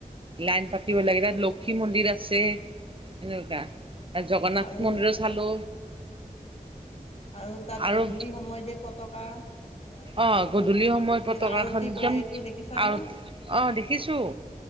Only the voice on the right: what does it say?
লাইন পাটিব লাগে তাত লক্ষী মন্দিৰ আছে এনেকুৱা জগন্নাথ
মন্দিৰো চালো
আৰু
অ' গধূলি সময়
পতাকাখন
একদম
আৰু অ', দেখিছোঁ